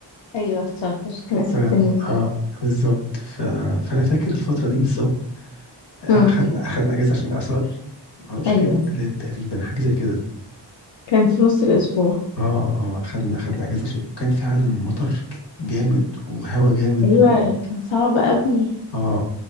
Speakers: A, on the left (about 85°); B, on the left (about 65°).
A: أيوه الإعصار كانت
B: ف
A: بتنجح
B: اه بالظبط ف... فانا فاكر الفترة دي بالظبط آه،
A: مم.
B: اخدنا اخدنا اجازة عشان الاعصار معرفش
A: أيوه
B: كان يوم تلات تقريبا حاجة زي كده
A: كان في نص الأسبوع
B: اه اه اخدنا اخدنا اجازة عشان كان فعلا مطر جامد وهوا جامد
A: أيوه
B: و...
A: كان صعب قوي
B: اه